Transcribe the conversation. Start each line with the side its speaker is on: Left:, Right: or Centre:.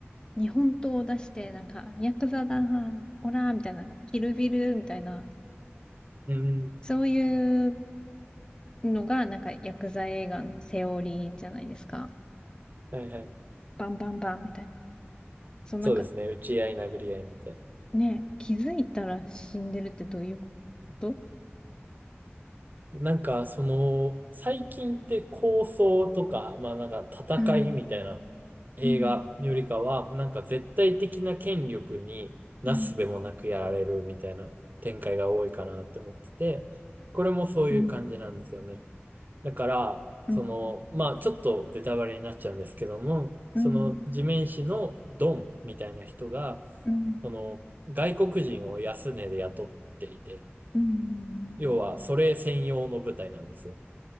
Left: 日本刀を出して、なんか、ヤクザだ、オラみたいな、キルビルみたいな、
Right: うん。
Left: そういうのが、なんか、ヤクザ映画のセオリーじゃないですか。
Right: はいはい。
Left: バンバンバンみたいな。そう、
Right: そうですね。
Left: なんか、
Right: 打ち合い、殴り合いみたいな。
Left: ね、気づいたら死んでるってどういうこと
Right: なんか、その、最近って構想とか、まあなんか戦いみたいな映画よりかは、
Left: うん、うん、
Right: なんか絶対的な権力になすすべもなくやられるみたいな展開が多いかなって思ってて、
Left: うん、
Right: これもそういう感じなんですよね。
Left: うん、
Right: だから、
Left: うん、
Right: その、まあちょっとベタバレになっちゃうんですけども、その地面師のドンみたいな人が、
Left: うん、うん、
Right: その外国人を安値で雇っていて、
Left: うん。
Right: 要はそれ専用の部隊なんですよ。